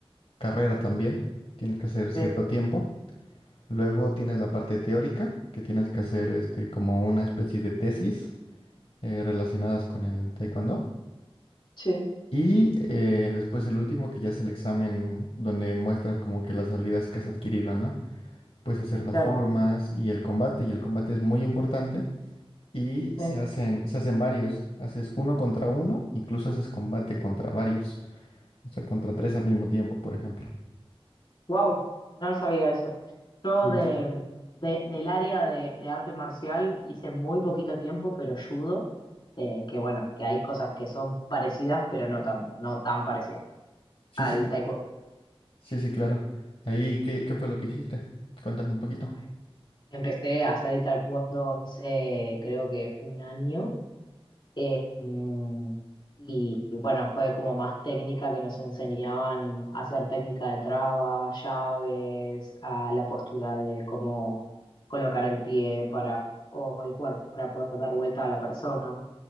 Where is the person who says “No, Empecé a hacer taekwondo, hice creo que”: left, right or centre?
Left